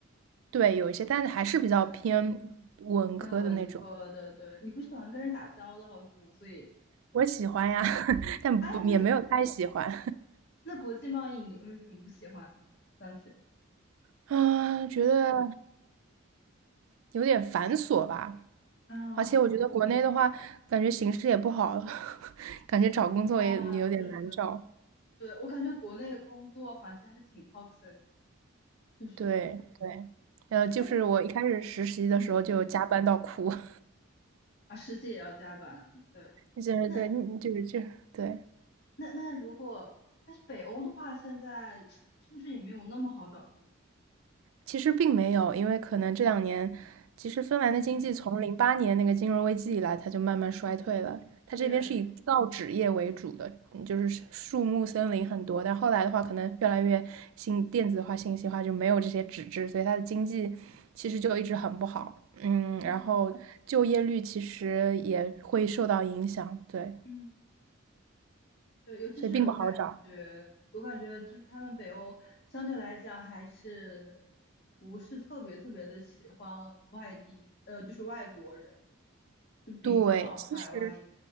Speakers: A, on the right (about 75°); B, on the left (about 50°).
A: 对，有一些，但是还是比较偏文科的那种。
B: 嗯，偏文科的。对，你不喜欢跟人打交道是吗？所以，
A: 我喜欢呀，<laughs> 但不也没有太喜欢。
B: 哎，那那国际贸易你为什么不喜欢呢？当时
A: <laughs> 啊，觉得有点繁琐吧。
B: 啊，
A: 而且我觉得国内的话，感觉形势也不好，<laughs> 感觉找工作也也有点难找。
B: 啊，是，对，我感觉国内工作环境还是挺 toxic，就是，
A: 对对，呃，就是我一开始实习的时候就加班到哭，
B: 但是，嗯，
A: <laughs>
B: 啊，实际也要加班，对。
A: 就是对，
B: 那。
A: 嗯就是就对，
B: 那那如果，但是北欧的话，现在是不是也没有那么好找工作？
A: 其实并没有，因为可能这两年，其实芬兰的经济从零八年那个金融危机以来，
B: 嗯
A: 它就慢慢衰退了。
B: 嗯，
A: 它这边是以造纸业为主的，
B: 对，
A: 嗯就是树木森林很多，但后来的话，可能越来越信电子化、信息化，就没有这些纸质，所以它的经济其实就一直很不好。嗯，
B: 嗯，
A: 然后就业率其实也会受到影响，对，
B: 嗯对，尤其是我感觉，
A: 所以并不好找。
B: 我感觉就是他们北欧相对来讲还是不是特别特别的喜欢外地，呃，就是外国人，就比较排外。
A: 对，其实。